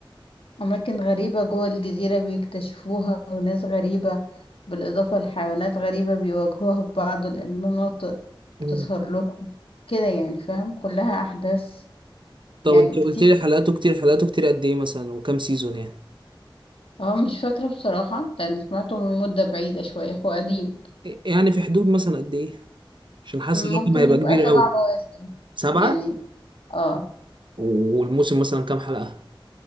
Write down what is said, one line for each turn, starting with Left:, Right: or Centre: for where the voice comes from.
Left: أماكن غريبة جوه الجزيرة بيكتشفوها وناس غريبة بالإضافة لحيوانات غريبة بيواجهوها في بعض المناطق
Right: أمم.
Left: بتظهر لهم كده يعني فاهم كلها أحداث
Right: طب
Left: يعني
Right: انت
Left: كتير
Right: قلت لي حلقاته كتير حلقاته كتير قد ايه مثلا وكم سيزون يعني
Left: اه مش فاكرة بصراحة لأن سمعته من مدة بعيدة شوية هو قديم
Right: إيه، يعني في حدود مثلا قد ايه عشان حاسس الرقم
Left: ممكن
Right: هيبقى
Left: يبقى
Right: كبير
Left: سبع
Right: قوي
Left: مواسم
Right: سبعة
Left: يعني اه
Right: والموسم مثلا كام حلقه